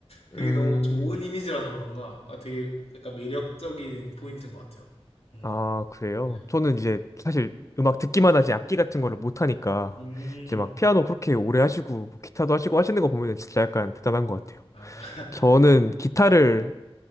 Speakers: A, on the left (about 80°); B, on the left (about 30°).
A: 그게
B: 음,
A: 너무 좋은 이미지라서 그런가 아, 되게 약간 매력적인 포인트인 것 같아요. 뭔가.
B: 아, 그래요?
A: 네.
B: 저는 이제 사실 음악 듣기만 하지 악기 같은 거를 못 하니까
A: 음.
B: 이제 막 피아노 그렇게 오래 하시고 뭐 기타도 하시고 하시는 거 보면 진짜 약간 대단한 것 같아요.
A: 아, 맞아. <laughs>
B: 저는 기타를